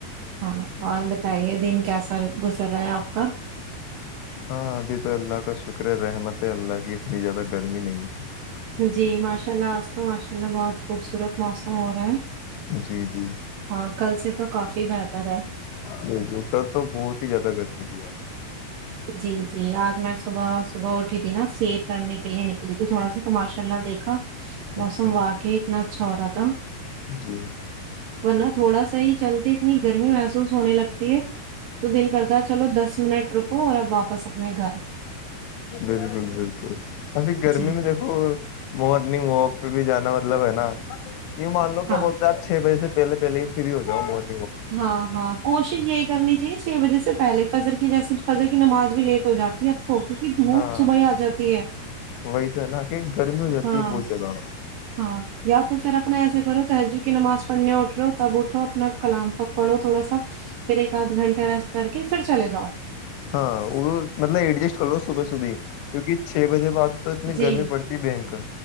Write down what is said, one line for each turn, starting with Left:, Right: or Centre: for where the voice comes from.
Right: ہاں اورج بتائیے دن کیا سال گزر رہا ہے آپ کا
Left: ہاں ابھی تو اللہ کا شکر رحمت ہے اللہ کی اتنی زیادہ گرمی نہیں ہے
Right: جی ماشاء اللہ آج تو ماشاء اللہ بہت خوبصورت موسم ہو رہا ہے
Left: جی جی
Right: ہاں کل سے تو کافی بہتر ہے
Left: بالکل کل تو بہت ہی زیادہ گرمی تھی یار
Right: جی جی آج میں صبح صبح اٹھی تھی نا سیر کرنے کے لیے نکلی تھی تھوڑا سا تو ماشاء اللہ دیکھا
Left: اچھا
Right: موسم واقعی اتنا اچھا ہو رہا تھا
Left: جی
Right: ورنہ تھوڑا سا ہی چلتے اتنی گرمی محسوس ہونے لگتی ہے تو دل کرد چلو دس منٹ ر ہو رہا واپس اپنے گھر
Left: بالکل بالکل ابھی گرمی
Right: جی
Left: میں دیکھو مارننگ واک بھی جانا مطلب ہے نا یوں مان لو
Right: ہاں
Left: کیا بولتے آپ چھ بجے سے پہل پہلے فری ہو جاؤ مج
Right: ہاں ہاں کوشش یہی کرنی چاہیے چھ بجے سے پہلے فجر کی جیسیے فجر کی نماز بھی لیٹ ہو جاتی ہے اب تو کیونکہ دھوپ
Left: ہاں
Right: صبح ہی آ جاتی ہے
Left: وہی تو ہے نا کہ گرمی ہو جاتی
Right: ہاں
Left: ہے بہت زیادہ
Right: ہاں یا تو پھر اپنا ایسا کرو تج کی نماز پڑھنے اٹھو تب اٹھو اپنا کلام پکڑو تھوڑا سا پھر ایک آدھ گھنٹے ریسٹ کر کے پھر چلے جاؤ
Left: ہاں مطلب ایڈجسٹ کرو صبح صبح کیونکہ چھ بجے بعد تو اتنی
Right: جی
Left: گرمی پڑتی بنکر